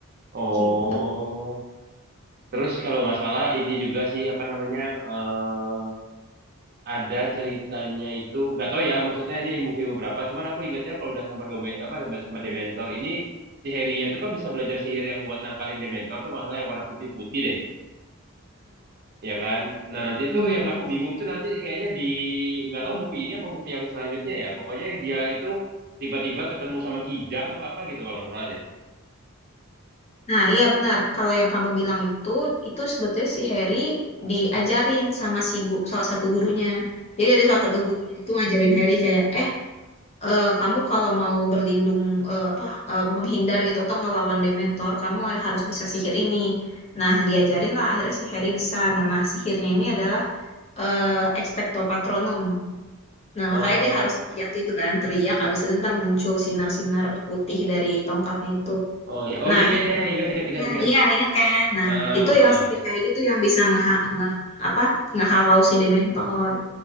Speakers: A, on the right (about 45°); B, on the left (about 30°).
A: Oh,
B: gitu.
A: terus kalau nggak salah ini juga sih apa namanya eh ada ceritanya itu nggak tahu ya maksudnya ini movie beberapa. Cuman aku ingatnya kalau udah sama Dome apa sama Dementor ini si Harry-nya itu kan bisa belajar sihir yang buat nangkalin Dementor tuh nggak salah yang warna putih-putih deh, ya kan? Nah nanti itu
B: Mm-mm.
A: yang aku bingung tuh nanti kayaknya di nggak tahu movie ini apa movie yang selanjutnya ya. Pokoknya yang dia itu tiba-tiba ketemu sama Kijang apa apa gitu kalau nggak salah deh.
B: Nah, iya benar. Kalau yang kamu bilang itu, itu sebetulnya si Harry diajarin sama si gu- salah satu gurunya. Jadi ada salah satu guru itu ngajarin Harry kayak, eh, eh, kamu kalau mau berlindung eh, apa eh, menghindar gitu atau ngelawan Dementor, kamu harus bisa sihir ini. Nah, diajarin lah akhirnya si Harry bisa. Nama sihirnya ini adalah eh, Expecto Patronum. Nah,
A: Heeh.
B: makanya dia harus teriak gitu kan, teriak, abis itu ntar muncul sinar-sinar putih dari tongkatnya itu.
A: Oh ya, oh
B: Nah,
A: ya ya ya ya. ingat ingat ingat
B: Ya,
A: ingat.
B: iya ingat kan. Nah,
A: Ah,
B: itu yang
A: ah.
B: sihir kayak gitu yang bisa ngeha nge- apa ngehalau si Dementor.